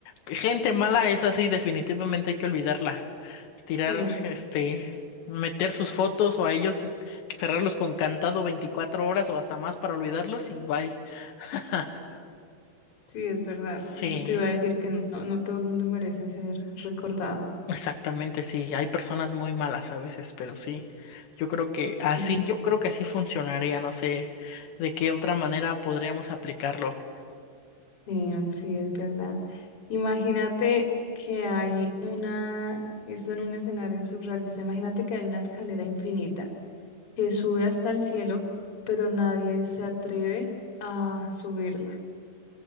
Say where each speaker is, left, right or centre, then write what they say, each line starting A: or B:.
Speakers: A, on the left; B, on the left.
A: Gente mala es así, definitivamente hay que olvidarla. Tirar,
B: Sí.
A: este, meter sus fotos o a ellos cerrarlos con cantado 24 horas o hasta más para olvidarlos y bye. <laughs>
B: Sí, es verdad.
A: Sí,
B: Eso te iba a decir que no, no todo el mundo merece ser recordado.
A: exactamente, sí. Hay personas muy malas a veces, pero sí. Yo creo que así,
B: Mm.
A: yo creo que así funcionaría. No sé de qué otra manera podríamos aplicarlo.
B: Eh, sí, es verdad. Imagínate que hay una, esto en un escenario surrealista, imagínate que hay una escalera infinita que sube hasta el cielo, pero nadie se atreve a subirla.